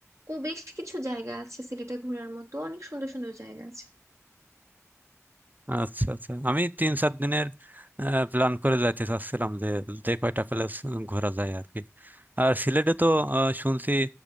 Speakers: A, on the right; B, on the right.
A: ও বেশ কিছু জায়গা আছে সিলেটে ঘোরার মতো অনেক সুন্দর সুন্দর জায়গা আছে
B: আচ্ছা আচ্ছা আমি তিন চার দিনের প্ল্যান করে যাইতে চাচ্ছিলাম যে যে কয়টা প্লেস ঘোরা যায় আর কি আর সিলেটে তো আহ, শুনছি